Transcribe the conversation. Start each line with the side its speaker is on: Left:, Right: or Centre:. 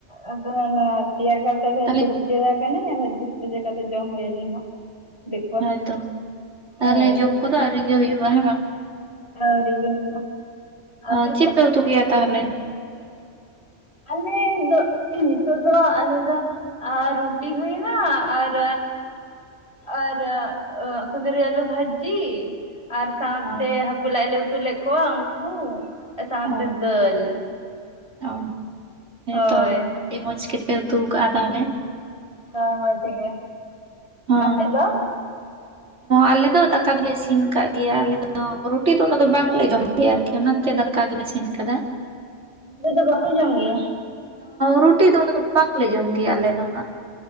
Left: ᱟᱫᱚ ᱚᱱᱟ ᱛᱮᱭᱟᱨ ᱠᱟᱛᱮ ᱜᱮ
Right: ᱛᱟᱦᱞᱮ
Left: ᱫᱩᱲᱩᱵ ᱡᱤᱨᱟᱹᱣ ᱠᱟᱱᱟᱹᱧ ᱫᱩᱲᱩᱵ ᱥᱚᱡᱷᱮ ᱠᱟᱛᱮ ᱡᱚᱢ ᱦᱳᱭᱟᱞᱤᱧ ᱦᱟᱸᱜ᱾ ᱫᱤᱠ ᱯᱚᱨ
Right: ᱦᱳᱭ ᱛᱚ ᱛᱟᱦᱚᱞᱮ
Left: ᱦᱳᱭ᱾
Right: ᱡᱚᱢ ᱠᱚᱫᱚ ᱟᱹᱣᱨᱤ ᱜᱮ ᱦᱩᱭᱩᱜᱼᱟ ᱦᱮᱸ ᱵᱟᱝ?
Left: ᱟᱹᱣᱨᱤ ᱜᱮ ᱦᱩᱭᱩᱜ-ᱟ᱾ ᱟᱯᱮ
Right: ᱚ ᱪᱮᱫ
Left: ᱫᱚ?
Right: ᱯᱮ ᱩᱛᱩ ᱠᱮᱭᱟ ᱛᱟᱦᱚᱞᱮ? <inaudible>
Left: ᱟᱞᱮ ᱫᱚ ᱱᱤᱛᱚᱜ ᱫᱚ ᱟᱞᱮ ᱫᱚ ᱨᱩᱴᱤ ᱦᱩᱭᱱᱟ ᱟᱨ ᱟᱨ ᱠᱩᱱᱫᱨᱤ ᱟᱞᱩ ᱵᱷᱚᱡᱤ ᱟᱨ ᱥᱟᱶᱛᱮ
Right: ᱚ
Left: ᱦᱟᱹᱠᱩ ᱞᱟᱭ ᱞᱮᱮ ᱩᱛᱩ ᱞᱮᱫ ᱠᱚᱣᱟ ᱩᱱᱠᱩ ᱥᱟᱶᱛᱮ
Right: ᱚ
Left: ᱫᱟᱹᱞ᱾
Right: ᱚ ᱦᱮᱸᱛᱚ
Left: ᱦᱳᱭ
Right: ᱟᱹᱰᱤ ᱢᱚᱸᱡᱽ ᱜᱮᱯᱮ ᱩᱛᱩ ᱠᱟᱜᱼᱟ ᱛᱟᱦᱚᱞᱮ᱾
Left: ᱵᱟᱝ ᱵᱟᱝ ᱪᱮᱫ ᱜᱮ
Right: ᱦᱮᱸ
Left: ᱟᱯᱮ ᱫᱚ?
Right: ᱟᱞᱮ ᱫᱚ ᱫᱚᱞᱮ ᱤᱥᱤᱱ ᱟᱠᱟᱟᱜ ᱜᱮᱭᱟ ᱟᱞᱮ ᱫᱚ ᱨᱩᱴᱤ ᱫᱚ ᱩᱱᱟᱹᱜ ᱫᱚ ᱵᱟᱝᱞᱮ ᱡᱚᱢ ᱟᱨᱠᱤ ᱚᱱᱟᱛᱮ ᱫᱟᱠᱟ ᱜᱮᱞ ᱤᱥᱤᱱ ᱟᱠᱟᱫᱟ᱾
Left: ᱨᱩᱴᱤ ᱫᱚ ᱵᱟᱯᱮ ᱡᱚᱢ ᱜᱮᱭᱟ?
Right: ᱨᱩᱴᱤ ᱫᱚ ᱵᱟᱝᱞᱮ ᱡᱚᱢ ᱜᱮᱭᱟ ᱟᱞᱮ ᱫᱚ ᱦᱟᱸᱜ᱾